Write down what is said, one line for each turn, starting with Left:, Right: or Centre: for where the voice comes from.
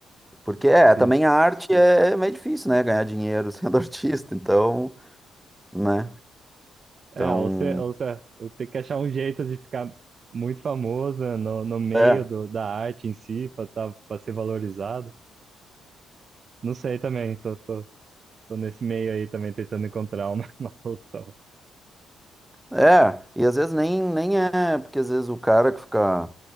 Centre: Porque, é,
Right: sim.
Centre: também a arte é é meio difícil, né? Ganhar dinheiro sendo <laughs> artista, então, né?
Right: É,
Centre: Então.
Right: ou você, ou você, ou tem que achar um jeito de ficar muito famoso né, no, no meio
Centre: É.
Right: do, da arte em si, para tá, para ser valorizado. Não sei também, tô, tô, tô nesse meio aí também tentando encontrar uma, <laughs> uma solução.
Centre: É, e às vezes nem, nem é, porque às vezes o cara que fica